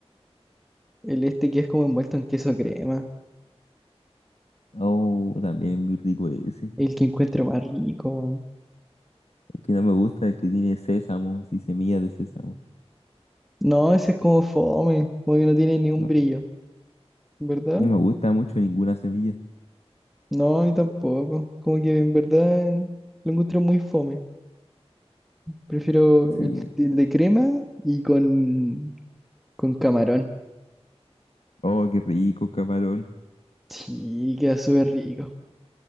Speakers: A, in the centre; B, on the left.
A: el este que es como envuelto en queso crema.
B: Oh, también muy rico ese.
A: El que encuentro más rico, weón.
B: El que no me gusta es el que tiene sésamo y semillas de sésamo.
A: No, ese es como fome. Como que no tiene ni un
B: No,
A: brillo. ¿Verdad?
B: no me gusta mucho ninguna semilla.
A: No, a mí tampoco. Como que en verdad lo encuentro muy fome. Prefiero
B: Sí,
A: el, el de crema y con, con camarón.
B: Oh, qué rico, camarón.
A: Sí, queda súper rico.